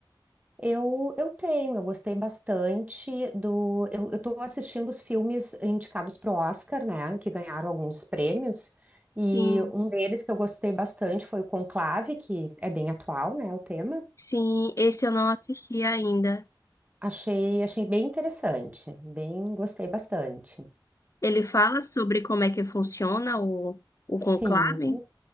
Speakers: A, on the right (about 20°); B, on the left (about 40°).
A: Eu, eu tenho, eu gostei bastante do. Eu, eu tô assistindo os filmes indicados pro Oscar, né? Que ganharam alguns prêmios. E
B: Sim.
A: um deles que eu gostei bastante foi o Conclave, que é bem atual, né? O tema.
B: Sim, esse eu não assisti ainda.
A: Achei, achei bem interessante, bem, gostei bastante.
B: Ele fala sobre como é que funciona o, o
A: Sim,
B: conclave?